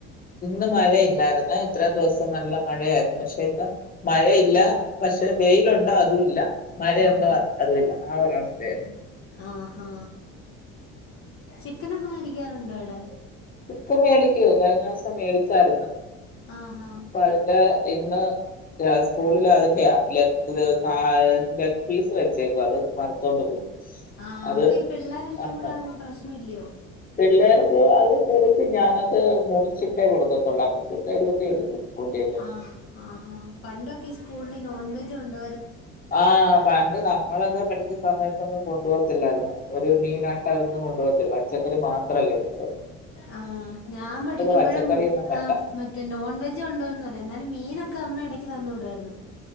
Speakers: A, on the left; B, on the left.
A: ഇന്ന് മഴയില്ലായിരുന്നെ ഇത്രയും ദിവസം നല്ല മഴയായിരുന്നു പക്ഷെ ഇന്ന് മഴയില്ല പക്ഷെ പക്ഷേ വെയിലുണ്ടോ അതും ഇല്ല മഴയുണ്ടോ
B: ആഹാ
A: അതും ഇല്ല ആ ഒരവസ്ഥയായിരുന്നു
B: ആഹാ ചിക്കനൊക്കെ മേടിക്കാറുണ്ടോ അവിടെ
A: ചിക്കൻ മേടിക്കുവോ കഴിഞ്ഞ ദിവസം സം മേടിച്ചായിരുന്നു
B: ആഹാ
A: അപ്പ അതിൻ്റെ ഇന്ന് സ്കൂളിൽ അതിന്റെയാ ലെഗ് ലെഗ് പീസ് വെച്ചേക്കും അത് വറുത്തോണ്ട് പോകും
B: ആ
A: അത്
B: അപ്പൊ ഈ പിള്ളേരെല്ലാം
A: വറുത്ത
B: കൂടെ ആവുമ്പം പ്രശ്നം ഇല്ലയോ
A: പിള്ളേർക്ക് അത് കൊടുക്കും ഞാനത് മുറിച്ചിട്ടേ കൊടുക്കത്തുള്ളൂ അപ്പൊ പിള്ളേരു എക്കെ എടുക്കും കൊണ്ട്ചെല്ലുബ
B: ആഹ് ആഹാ പണ്ടൊക്കെ സ്കൂളില് നോൺവെജ് കൊണ്ട്
A: ആ പണ്ട് നമ്മളൊക്കെ പഠിക്കുന്ന സമയ ഒന്നും കൊണ്ടു പോകത്തില്ലായിരുന്നു ഒരു മീനാട്ട ഒന്നും കൊണ്ടു പോകത്തില്ല പച്ചക്കറി മാത്രമല്ലേ കൊണ്ടുപോകുന്ന
B: ആ ഞാൻ പഠിക്കുമ്പോഴും
A: പച്ചക്കറി ഒന്നും വേണ്ട
B: ആ് മറ്റേ നോൺ വെജ് ഉണ്ടോന്ന് പറയാ എന്നാലും മീനൊക്കെ എനക്ക് അമ്മ ഇടയ്ക്ക് നന്ന വിടുമായിരുന്നു